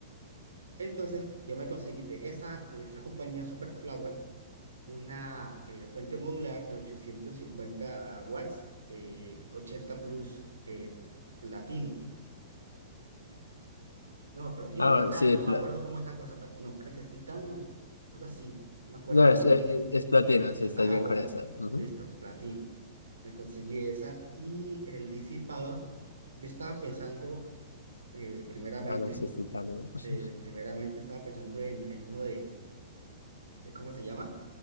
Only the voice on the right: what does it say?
Entonces, yo me conseguí de esa, de esa compañía Superflower una eh, fuente modular de 850 watts, eh, 80 plus eh, platino. No, platino
o
titanio,
no
me acuerdo cómo es la cosa. plat- No, creo que es titanio, algo así, no me acuerdo
muy
bien.
Ajá,
bueno,
listo, platino. Me conseguí esa y el disipador. Yo estaba pensando, eh, primeramente,
eh, primeramente estaba pensando en, en uno de eh, ¿cómo se llama?